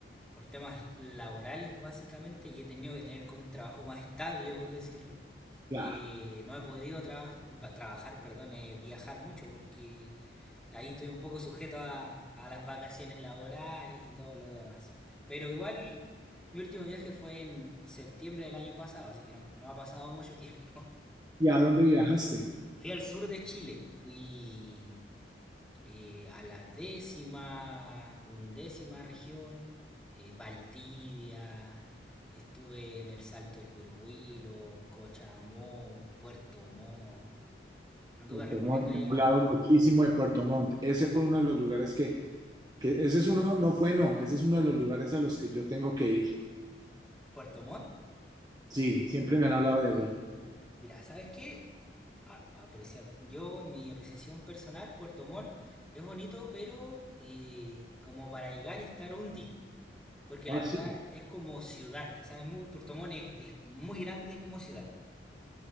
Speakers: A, in the centre; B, on the right.
A: por temas laborales básicamente, que he tenido que tener como un trabajo más estable, por decirlo.
B: Claro.
A: Eh, no he podido traba- trabajar, perdón, eh, viajar mucho porque ahí estoy un poco sujeto a, a las vacaciones laborales y todo lo demás. Pero igual mi último viaje fue en septiembre del año pasado, así que no, no ha pasado mucho tiempo.
B: ¿Y a dónde viajaste?
A: <laughs> Fui al sur de Chile, fui eh, a la décima, undécima región, eh, Valdivia, estuve en el Salto del Huilo Huilo, Cochamó, Puerto Montt. Anduve
B: Puerto
A: recorriendo
B: Montt.
A: allá
B: Hemos hablado muchísimo de Puerto Montt. Ese fue uno de los lugares que Que ese es uno, no fue no, ese es uno de los lugares a los que yo tengo que ir.
A: Puerto Montt.
B: Sí, siempre me han hablado de allá.
A: Mira, ¿sabes qué? A- aprecia- yo, en mi apreciación personal, Puerto Montt es bonito, pero eh, como para llegar y estar un día. Porque
B: Ah,
A: la verdad
B: sí.
A: es como ciudad. O sea, es muy, Puerto Montt es, es muy grande como ciudad.